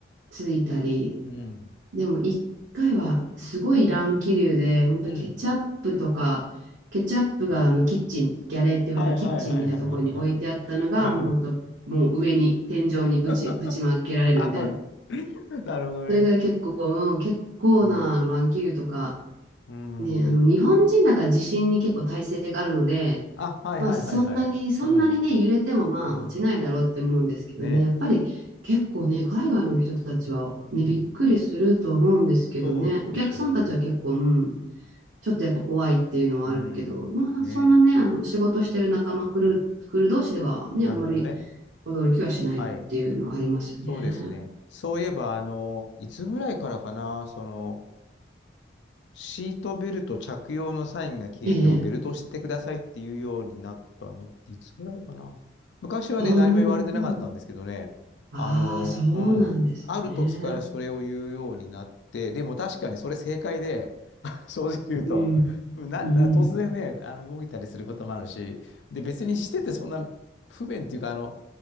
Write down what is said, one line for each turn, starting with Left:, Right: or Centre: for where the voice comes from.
Right: 着いたり、
Left: うん。
Right: でも1回はすごい乱気流で、本当ケチャップとか、
Left: うん。
Right: ケチャップがあのキッチン、ギャレーって言われるキッチンみたいなところに置いてあったのが、
Left: はいはいはいはいはいはい。うん。
Right: もう本当、もう上に、天井にぶち、
Left: <laughs>
Right: ぶちまけられるみたいな。
Left: あ、ほら <laughs> なるほどね。
Right: それぐらい結構、うん、結構なあの乱気流とか、
Left: うん。うん。
Right: ね、あの、日本人だから地震に結構耐性があるので、
Left: あ、はいはいはいはい。
Right: まあ、そんなに、そんなにね、
Left: うん。
Right: 揺れてもまあ、
Left: うん。
Right: 落ちないだろうって思うんですけどね、
Left: ね
Right: やっぱり結構ね、海外の人たちはね、
Left: え。うん。
Right: びっくりすると思うんですけどね、
Left: そうでしょうね。
Right: お客さんたちは結構、うん、ちょっとやっぱ怖いっていうのはあるけど、
Left: うん。
Right: まあ、
Left: ね
Right: そんなね、あの、仕事してる仲間来る、来る同士ではね、
Left: なるほどね。
Right: あまり驚きはしないっていうのはありますよね。
Left: はい。そうですね。そういえば、あの、いつぐらいからかな、その、シートベルト着用のサインが消えてもベルトをしててくださいっていうようになったのっていつぐらいかな。
Right: ええ、
Left: 昔はね、
Right: ああ、
Left: 何も言われてなかったんですけどね、
Right: もう、うん。ああ、
Left: あの、
Right: そうなんですね。
Left: うん、ある時からそれを言うようになって、でも確かにそれ正解で、<laughs> 正直言うと、
Right: うん。
Left: な、
Right: うん。
Left: 突然ね、あの動いたりすることもあるし、で、別にしててそんな不便っていうか、あの、